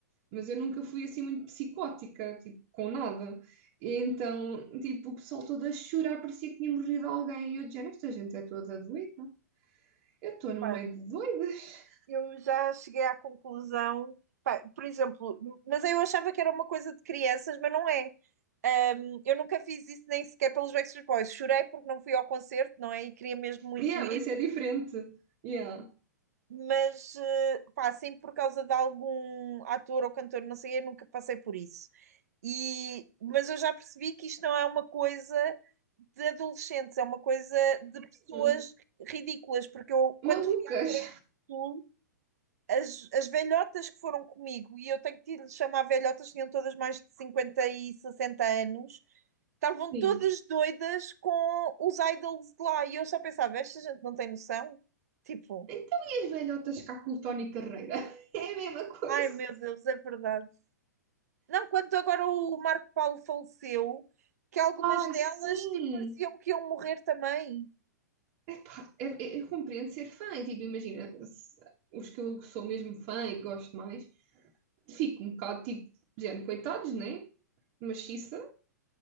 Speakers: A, on the right; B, on the right.
A: mas eu nunca fui assim muito psicótica, tipo, com nada. E então, tipo, o pessoal todo a chorar, parecia que tinha morrido alguém. E eu dizia, esta gente é toda doida. Eu estou no
B: pá.
A: meio de doidas. <laughs>
B: Eu já cheguei à conclusão. pá, por exemplo, mas eu achava que era uma coisa de crianças, mas não é. Ahm, eu nunca fiz isso nem sequer pelos Backstreet Boys. Chorei porque não fui ao concerto, não é? E queria mesmo muito
A: Yeah,
B: ir,
A: mas isso é diferente. Yeah.
B: mas eh, pá, assim por causa de algum ator ou cantor, não sei, eu nunca passei por isso. E, mas eu já percebi que isto não é uma coisa de adolescentes, é uma coisa de pessoas
A: Hum.
B: ridículas, porque eu, quando
A: Malucas.
B: fui à Coreia do Sul, as, as velhotas que foram comigo, e eu tenho que lhes chamar velhotas, tinham todas mais de 50 e 60 anos, estavam
A: Sim.
B: todas doidas com os idols de lá, e eu só pensava, esta gente não tem noção? Tipo,
A: Então, e as velhotas cá com o Tony Carreira? <laughs> É a mesma coisa.
B: ai meu Deus, é verdade. Não, quando agora o Marco Paulo faleceu, que algumas
A: Ai,
B: delas
A: sim.
B: tipo, pareciam que iam morrer também.
A: Epá, eu, eu compreendo ser fã, e, tipo, imagina, se- os que eu sou mesmo fã e que gosto mais, fico um bocado tipo, de género, coitados, né? Maciça,